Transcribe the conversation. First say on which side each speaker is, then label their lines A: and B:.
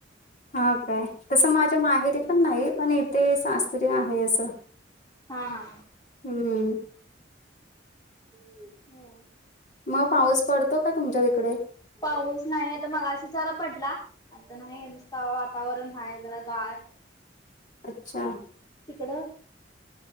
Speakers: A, on the left; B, on the left.
A: हा काय तसं माझ्या माहेरी
B: होय.
A: पण नाही पण इथे सासरी आहे असं
B: हा हा
A: हम्म.
B: हम्म.
A: मग पाऊस पडतो का तुमच्या तिकडे?
B: पाऊस नाही आता मगाशी जरा पडला आता नाही नुसतं वातावरण हाय जरा गार
A: अच्छा.
B: तिकडं